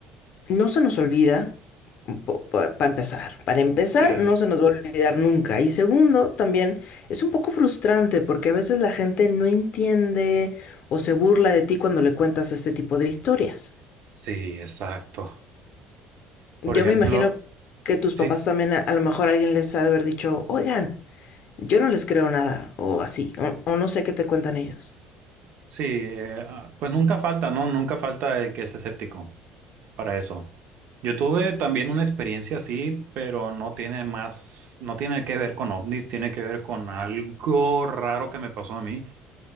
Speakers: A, on the left; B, on the right.
A: no se nos olvida, para empezar, para empezar,
B: sí,
A: no se nos va a olvidar nunca. Y segundo, también es un poco frustrante porque a veces la gente no entiende o se burla de ti cuando le cuentas este tipo de historias.
B: sí, exacto. Por
A: Yo
B: ejemplo,
A: me imagino que tus
B: sí,
A: papás también a, a lo mejor alguien les ha de haber dicho, oigan, yo no les creo nada o así, o o no sé qué te cuentan ellos.
B: sí, eh, ah, pues nunca falta, ¿no? Nunca falta el que es escéptico. para eso. Yo tuve también una experiencia así, pero no tiene más, no tiene que ver con ovnis, tiene que ver con algo raro que me pasó a mí.